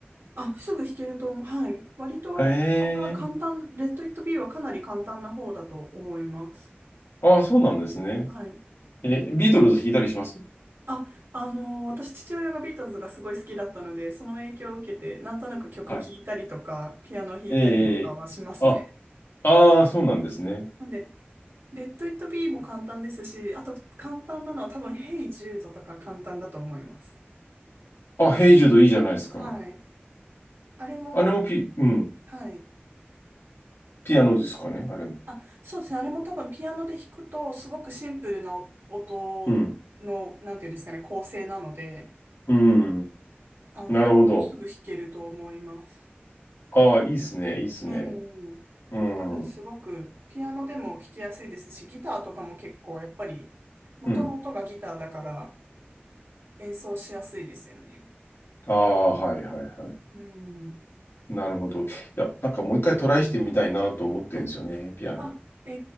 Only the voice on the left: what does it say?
へえ。
ああ、そうなんですね。
えービートルズ弾いたりします
はい。
えー、あ、ああ、そうなんですね。
あ、ヘイジュードいいじゃないですか。
あれもピ、うん、
ピアノですかね、あれも。
うん、
うん、
なるほど。
ああ、いいっすね、いいっすね。
うん、
う
ん。
ああ、はいはいはい。
なるほど。いや、なんかもう一回トライしてみたいなと思ってるんですよね、ピアノ。